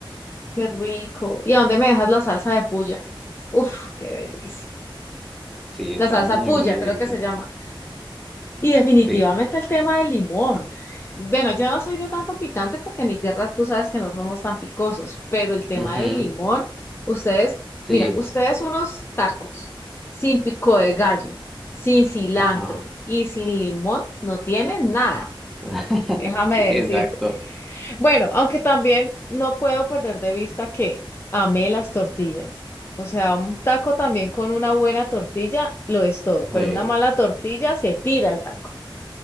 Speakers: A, on the left; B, in the centre.
A: qué rico. ¿Y a dónde me dejas la salsa de puya? Uf, qué delicia.
B: Sí, está
A: La salsa
B: muy
A: puya,
B: muy deliciosa.
A: creo que se llama. Y definitivamente
B: Sí.
A: el tema del limón. Bueno, yo no soy de tanto picante porque en mi tierra tú sabes que no somos tan picosos, pero el tema
B: Ujú,
A: del limón, ustedes,
B: Sí.
A: mira, ustedes unos tacos sin pico de gallo, sin cilantro
B: Ajá.
A: y sin limón no tienen nada.
B: <laughs>
A: Déjame
B: Sí,
A: decirte.
B: exacto.
A: Bueno, aunque también no puedo perder de vista que amé las tortillas. O sea, un taco también con una buena tortilla lo es todo,
B: Sí.
A: pero una mala tortilla se tira el taco.